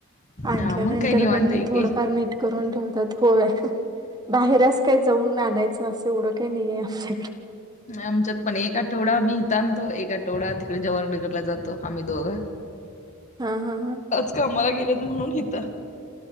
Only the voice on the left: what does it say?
हा मग काही निवांत
आहे की
आमच्यात पण एक आठवडा आम्ही इथं आणतो एका आठवडा तिकड जवाहरनगरला जातो आम्ही दोघं. <inaudible>
आज कामाला गेलेत म्हणून हिथं